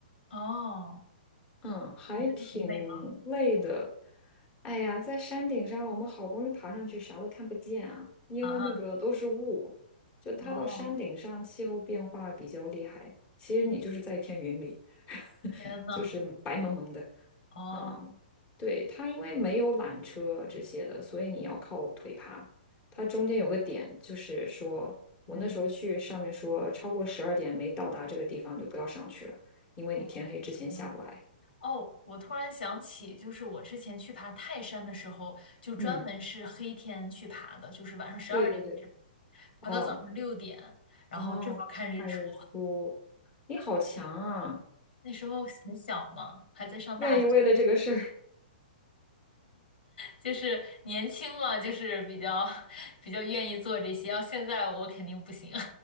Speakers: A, on the left; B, on the left.
A: 哦，
B: 嗯，还挺累的。
A: 你觉得很美吗？
B: 哎呀，在山顶上，我们好不容易爬上去，啥都看不见啊，因为那个都是雾。
A: 啊，
B: 就它到山顶上，
A: 哦，
B: 气候变化比较厉害。其实你就是在一片云里，<laughs>
A: 天呐，
B: 就是白蒙蒙的。
A: 哦，
B: 嗯，对，它因为没有缆车这些的，所以你要靠腿爬。它中间有个点，就是说我那时候去上面说，
A: 嗯，
B: 超过十二点没到达这个地方，你就不要上去了，因为你天黑之前下不来。
A: 哦，可能。哦，我突然想起，就是我之前去爬泰山的时候，就专门是黑天去爬的，
B: 嗯，
A: 就是晚上十二点开始爬
B: 对对对，哦
A: 爬到早上六点，然后正好看日出。
B: 哦，看日出，你好强啊！
A: 那时候很小嘛，还在上大学，
B: 愿意为了这个事儿，
A: 就是年轻嘛，就是比较 <laughs> 比较愿意做这些。要现在我肯定不行。<laughs>